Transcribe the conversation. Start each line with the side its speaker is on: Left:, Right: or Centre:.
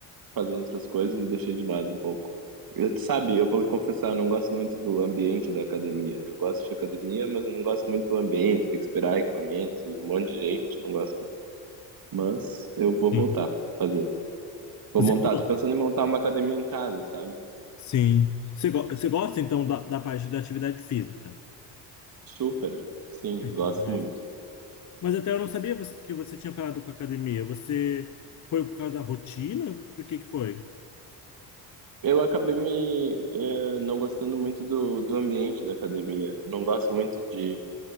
Right: fazendo outras coisas e deixei de lado um pouco. Eu, sabe, eu vou confessar, eu não gosto muito do ambiente da academia. Eu gosto de academia, mas eu não gosto muito do ambiente, tem que esperar equipamentos e um monte de gente, não gosto muito. Mas eu vou
Left: sim.
Right: voltar a fazer. Vou
Left: Você
Right: montar,
Left: falou.
Right: tô pensando em montar uma academia em casa, sabe?
Left: Sim. Você, go- você gosta então da, da parte da atividade física?
Right: Super, sim,
Left: Então,
Right: gosto
Left: né?
Right: muito.
Left: Mas até eu não sabia você- que você tinha parado com a academia. Você foi por causa da rotina? Por que que foi?
Right: Eu acabei me eh, não gostando muito do, do ambiente da academia. Eu não gosto muito de